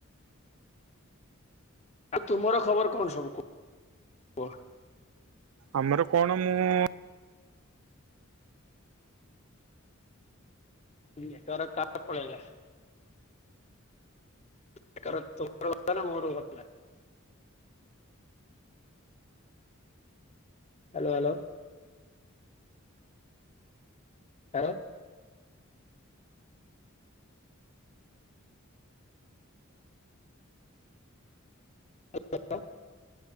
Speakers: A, on the left; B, on the right.
A: ଆଉ ତୁମର ଖବର କଣ ସବୁ କୁ କୁହ।
B: ଆମର କଣ ମୁଁ
A: ନେଟୱର୍କ କାର ପଳେଇଲା? ପି କର ତୋର କଟିଲା ନାଁ ମୋର କଟିଲା? Hello hello. ଆଉ? <unintelligible>